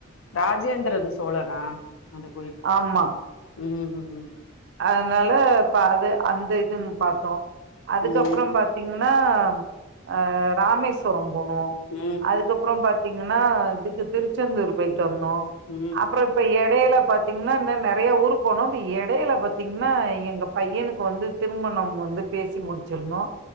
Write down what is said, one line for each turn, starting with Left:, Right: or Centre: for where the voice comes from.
Left: ராஜேந்திரன் சோழனா அந்த கோயில்
Right: ஆமா
Left: ம் ம் ம்
Right: அதனால பா அது அந்த இதுன் பாத்தோ அதுக்கப்ற
Left: ம்
Right: பாத்தீங்னா ஆ ராமேஸ்வரம் போனோ
Left: ம் ம்
Right: அதுக்கப்ற பாத்தீங்க னா இதுக்கு திருச்செந்தூர் போய்ட்டு வந்தோ
Left: ம் ம் ம் ம்
Right: அப்ற இப்ப எடைல பாத்தீங்னா இன்ன நெறையா ஊரு போனோ அப்டி எடையில பாத்தீங்னா எங்க பையனுக்கு வந்து திருமணம் வந்து பேசி முடிச்சிருந்தோ